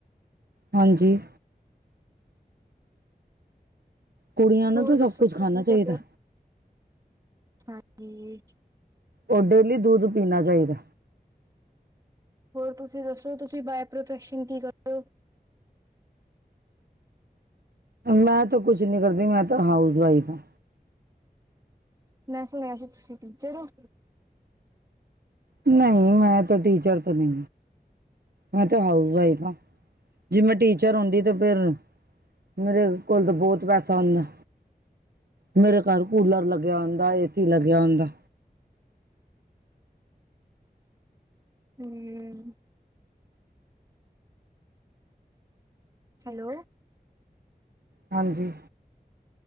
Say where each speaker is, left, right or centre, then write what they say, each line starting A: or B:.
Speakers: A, on the right; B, on the right.
A: ਹਾਂਜੀ। ਕੁੜੀਆਂ ਨੂੰ
B: ਹੋਰ
A: ਤਾਂ
B: ਦੱਸੋ
A: ਸਭ ਕੁਛ
B: ਤੁਂ
A: ਖਾਣਾ
B: ਕੀ
A: ਚਾਹੀਦਾ
B: ਕਰਦੇ ਹੋ? ਹਾਂਜੀ <unintelligible>
A: ਔਰ, ਡੇਲੀ ਦੁੱਧ ਪੀਣਾ, ਚਾਈਦਾ।
B: ਹੋਰ ਤੁਸੀਂ ਦੱਸੋ, ਤੁਸੀਂ ਬਾਏ ਪ੍ਰੋਫੈਸ਼ਨ ਕੀ ਕਰਦੇ ਔ?
A: ਮੈਂ, ਤਾਂ ਕੁਛ ਨੀ ਕਰਦੀ। ਮੈਂ ਤਾਂ, ਹਾਊਸ ਵਾਈਫ ਆਂ।
B: ਮੈਂ, ਸੁਣਿਆ ਸੀ, ਤੁਸੀਂ ਟੀਚਰ ਓ?
A: ਨਹੀਂ, ਮੈਂ ਤੇ, ਟੀਚਰ ਤੇ ਨੀ। ਮੈਂ, ਤੇ ਹਾਊਸ ਵਾਈਫ ਆਂ। ਜੇ ਮੈਂ, ਟੀਚਰ ਹੁੰਦੀ ਤੇ, ਫਿਰ ਮੇਰੇ ਕੋਲ ਤਾਂ, ਬਹੁਤ ਪੈਸਾ ਹੁੰਦਾ। ਮੇਰੇ ਘਰ ਕੂਲਰ ਲੱਗਿਆ ਹੁੰਦਾ ਏ ਸੀ ਲੱਗਿਆ ਹੁੰਦਾ।
B: ਹਮ। ਹੈਲੋ।
A: ਹਾਂਜੀ।